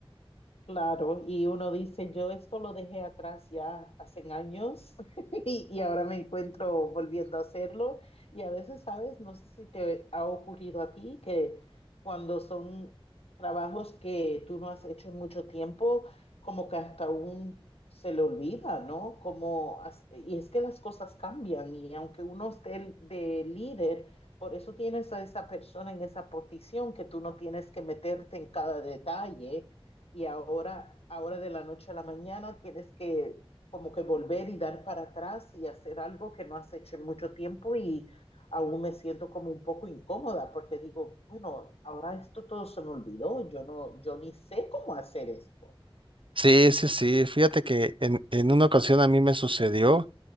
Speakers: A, on the left; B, on the right.
A: Claro, y uno dice, yo esto lo dejé atrás ya hace años <laughs> y, y ahora me encuentro volviendo a hacerlo. Y a veces, ¿sabes? No sé si te ha ocurrido a ti que cuando son trabajos que tú no has hecho en mucho tiempo, como que hasta aún se le olvida, ¿no? Como, as- y es que las cosas cambian y aunque uno esté de líder, por eso tienes a esa persona en esa posición que tú no tienes que meterte en cada detalle y ahora, ahora de la noche a la mañana tienes que como que volver y dar para atrás y hacer algo que no has hecho en mucho tiempo y aún me siento como un poco incómoda porque digo, bueno, ahora esto todo se me olvidó, yo no, yo ni sé cómo hacer esto.
B: Sí, sí, sí. Fíjate que en, en una ocasión a mí me sucedió,